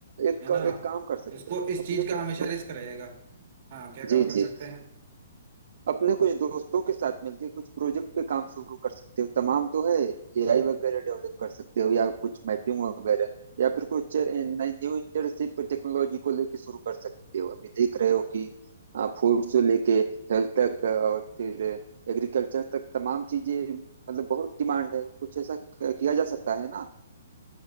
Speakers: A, on the right (about 55°); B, on the right (about 40°).
A: एक
B: है ना
A: एक काम कर सकते
B: उसको
A: हो
B: इस
A: अपने
B: चीज का
A: कुछ
B: हमेशा
A: दोस्त
B: रिस्क रहेगा हाँ क्या काम
A: जी
B: कर
A: जी
B: सकते हैं
A: अपने कुछ दोस्तों के साथ मिलके कुछ प्रोजेक्ट पे काम शुरू कर सकते हो तमाम तो है एआई वगैरह डेवलप कर सकते हो या कुछ मैपिंग वगैरह या फिर कुछ नई न्यू इंटर्नशिप टेक्नोलॉजी को लेके शुरू कर सकते हो अभी देख रहे हो कि फूड से लेके हेल्थ तक और फिर एग्रीकल्चर तक तमाम चीजें मतलब बहुत डिमांड है कुछ ऐसा क- किया जा सकता है